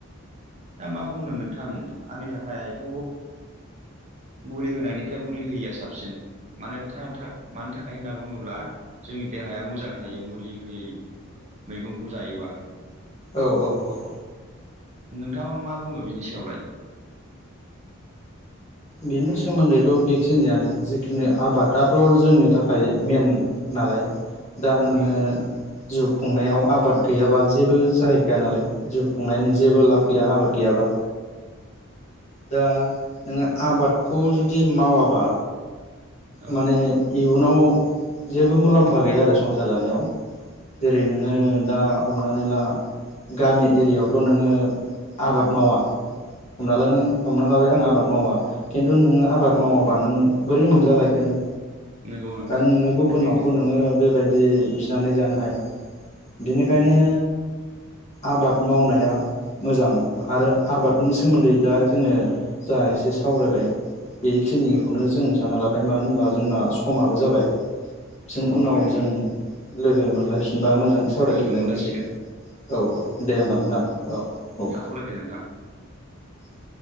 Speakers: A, on the right; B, on the left.
A: दा मा बुंनो नोंथां आंनि थाखायथ' मुलि होनायनिफ्राय मुलि होयिया साबसिन मानो था था मानो थाखाय होनना बुङोब्ला जोंनि देहाया मोजां थायो मुलि होयै मैगंखौ जायोबा
B: औ औ औ
A: नोंथाङा मा बुङो बिनि सायावलाय
B: बेनि सोमोन्दैथ' बेखिनियानो जिखिनि आबादाथ' जोंनि थाखाय मेन नालाय दा नोङो
A: औ
B: जिउ खुंनायाव आबाद गैयाबा जेबो जाहैखाया नालाय जिउ खुंनायनि
A: औ
B: जेबो लाब गैया आबाद गैयाबा दा नोङो आबादखौ जुदि मावाबा
A: औ
B: माने इयुनाव जेबो मुलाम्फा गैया आरो संसार जानायाव जेरै नोङो दा हमनानै ला गामि एरियायावथ' नोङो आबाद मावा हमना ला नों हमना लाबाय आं आबाद मावा खिन्थु नोङो आबाद
A: औ
B: मावाबा नों बोरै मोनजालायखो नों
A: नंगौ नोंथां
B: दा नोङो गुबुननावथ
A: बेनो
B: नोङो बेबायदि बिनानै जानो हाया बिनिखायनो
A: उम
B: आबाद मावनाया मोजां आरो आबादनि सोमोन्दै दा जोङो जा एसे सावरायबाय बेखिनिखौनो
A: औ
B: जों सानना लाबाय मानो होनबा जोंना समाबो जाबाय सिन
A: समा
B: उनाव
A: जाबाय नोंथां
B: जों
A: औ
B: लोगो मोनलायफिनबा मोज मोजां सावरायफिनलायनोसै
A: लोगो मोनलायसिगोन
B: औ औ दे होमबा नोंथां औ औ
A: थाथ'लायदो नोंथां
B: <inaudible>